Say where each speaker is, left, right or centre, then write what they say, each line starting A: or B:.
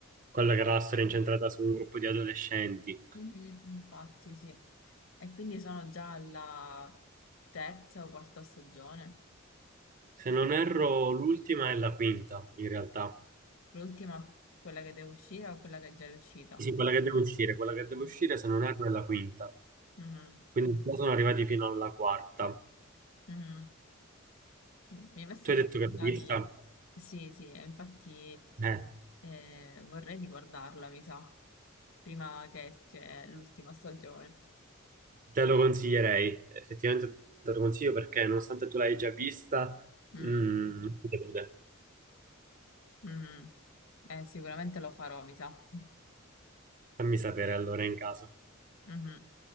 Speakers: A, on the right; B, on the left.
A: quella che era la storia incentrata su un gruppo di adolescenti.
B: mhm, Infatti, sì. E quindi sono già alla terza o quarta stagione.
A: Se non erro, l'ultima è la quinta in realtà.
B: L'ultima, quella che devo uscire o quella che è già uscita?
A: Sì, quella che deve uscire, quella che deve
B: Mm.
A: uscire se non erro è la quinta.
B: Mhm,
A: Quindi già sono arrivati fino alla quarta.
B: mhm. No, Mi ha messo
A: Tu hai
B: curiosità
A: detto che l'hai vista?
B: di... Sì, sì, e infatti
A: Eh,
B: eh, vorrei riguardarla, mi sa, prima che esce l'ultima stagione.
A: te lo consiglierei, effettivamente te lo consiglio perché nonostante tu l'hai già vista,
B: Mm,
A: mm, non ti delude.
B: mhm. Eh, sicuramente lo farò, mi sa.
A: Fammi sapere allora in caso.
B: Mhm.